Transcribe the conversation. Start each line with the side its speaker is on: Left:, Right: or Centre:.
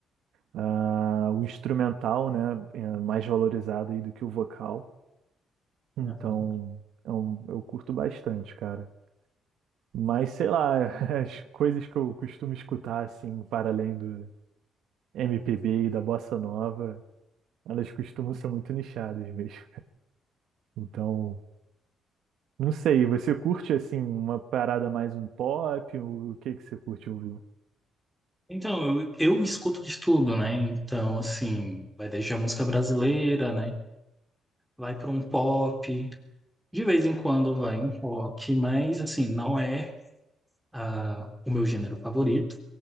Right: ah, o instrumental, né? É mais valorizado aí do que o vocal. Então,
Centre: Aham.
Right: é um- eu curto bastante, cara. Mas, sei lá, <laughs> as coisas que eu costumo escutar, assim, para além do MPB e da bossa nova... Elas costumam ser muito nichadas mesmo. Então, não sei, você curte assim uma parada mais um pop? O que que você curte ouvir?
Centre: Então, eu, eu escuto de tudo, né? Então, assim, vai desde a música brasileira, né? vai para um pop, de vez em quando vai um rock, mas assim, não é ah, o meu gênero favorito.